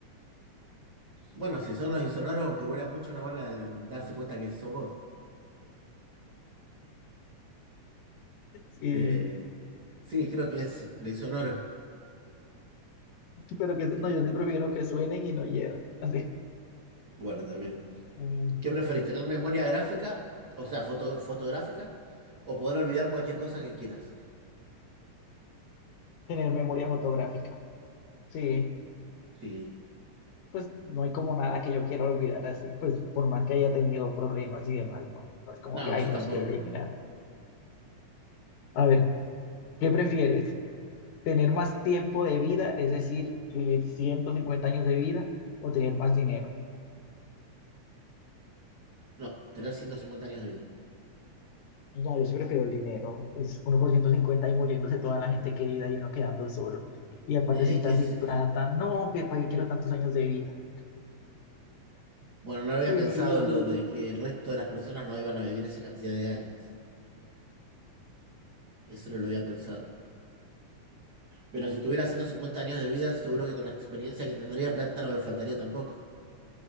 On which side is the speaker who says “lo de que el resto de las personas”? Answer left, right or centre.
Right